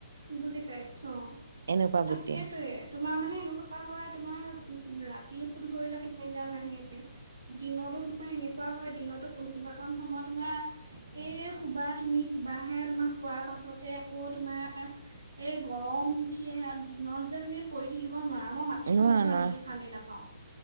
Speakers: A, on the right; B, on the right.
A: বুজি পাইছো
B: এনেকুৱা
A: নহ
B: গতি
A: সেইটোয়ে তোমাৰ মানে এনেকোৱা হয় তোমাৰ ৰাতিও ধৰি লোৱা টোপনিডাল নাহে দিনতো তোমাৰ এনেকোৱা হয় দিনতো কোনোবা বৰ্তমান সময় তোমাৰ এই শুবা তুমি শুবাহে তোমাৰ শুৱাৰ পাছত তাতে আকৌ তোমাৰ এই গৰম উঠি আহে আও, দিনত যে তুমি পৰি থাকিব নোৱাৰা। মই মাটিখনতো
B: নোৱাৰা নোৱাৰা
A: আনকি শান্তি নাপাওঁ।